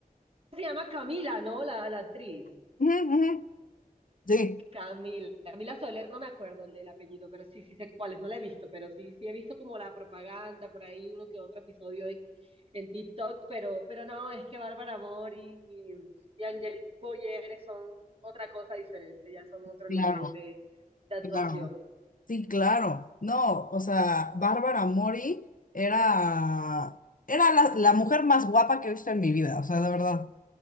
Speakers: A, on the right (about 40°); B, on the left (about 65°).
A: Se llama Camila, ¿no? La, la actriz.
B: Ujú, ujú. Sí.
A: Camila, Camila Soler, no me acuerdo el, el apellido, pero sí, sí sé cuáles, no la he visto, pero sí, sí he visto como la propaganda, por ahí uno que otro episodio en, en TikTok, pero, pero no, es que Bárbara Mori y, y Angelique Boyer son otra cosa diferente, ya son otro
B: Claro,
A: nivel de, de actuación.
B: claro. Sí, claro. No, o sea, Bárbara Mori era, era la, la mujer más guapa que he visto en mi vida, o sea, de verdad.